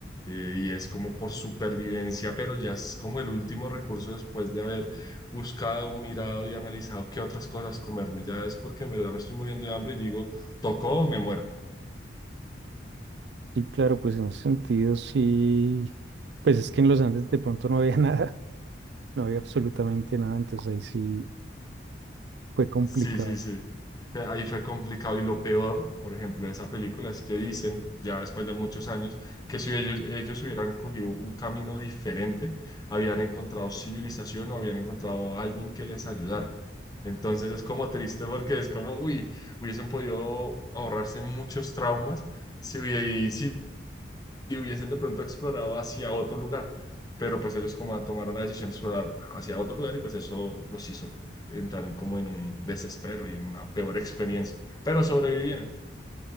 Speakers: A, on the left; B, on the right.
A: eh, y es como por supervivencia, pero ya es como el último recurso después de haber buscado, mirado y analizado qué otras cosas comerme, ya es porque en verdad me estoy muriendo de hambre y digo, tocó o me muero.
B: Sí, claro, pues en ese sentido sí. Pues es que en los Andes de pronto no había <laughs> nada, no había absolutamente nada, entonces ahí sí fue complicado.
A: Sí, sí, sí. Eh, Ahí fue complicado y lo peor, por ejemplo, de esa película es que dicen, ya después de muchos años, que si ellos, ellos hubieran cogido un camino diferente, habían encontrado civilización o habían encontrado a alguien que les ayudara. Entonces es como triste porque es como, uy, hubiesen podido ahorrarse muchos traumas si, hubi- si y hubiesen de pronto explorado hacia otro lugar, pero pues ellos como tomaron la decisión de explorar hacia otro lugar y pues eso los hizo entrar en como en un desespero y en una peor experiencia, pero sobrevivieron.